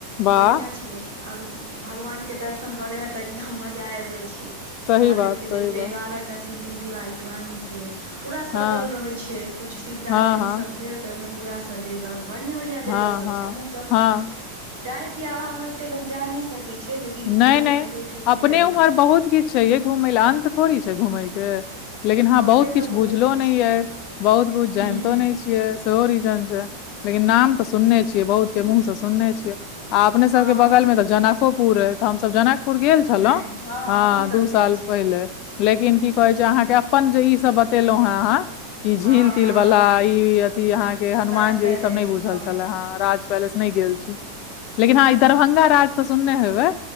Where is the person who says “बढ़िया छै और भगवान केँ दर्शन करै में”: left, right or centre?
Right